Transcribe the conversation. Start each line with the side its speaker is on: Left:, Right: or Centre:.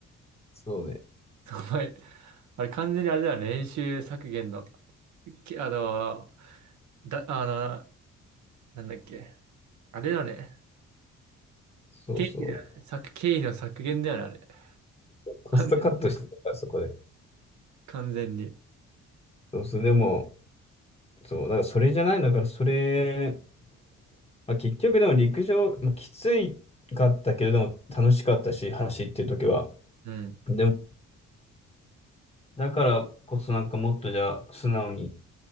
Left: そうね。
Right: <laughs> お前、あれ完全にあれだよね、練習削減の、きあの、だ、あの、なんだっけ。あれだよね。
Left: そうそう。
Right: 経費だよね。削、経費の削減だよね、あれ。<laughs>
Left: コストカットしてたから、
Right: あの
Left: そこで。
Right: 完全に。
Left: そうそう。でも、そう。だからそれじゃない。だからそれ、まあ、結局でも陸上、まあ、きついかったけれども楽しかったし、走ってる時は。
Right: うん。
Left: でも、だからこそなんかもっとじゃあ素直に